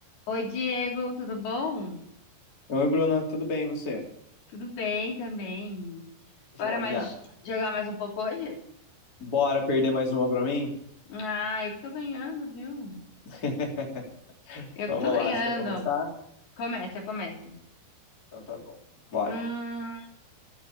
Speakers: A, on the left; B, on the left.
A: Oi, Diego, tudo bom?
B: Oi, Bruna, tudo bem e você?
A: Tudo bem também.
B: Joia.
A: Bora mais jogar mais um pouco hoje?
B: Bora perder mais uma pra mim?
A: Ah, eu que tô ganhando, viu?
B: <laughs>
A: Eu
B: Vamos
A: que tô ganhando.
B: lá, você quer começar?
A: Começa, eu começo.
B: Então tá bom, bora.
A: Hum,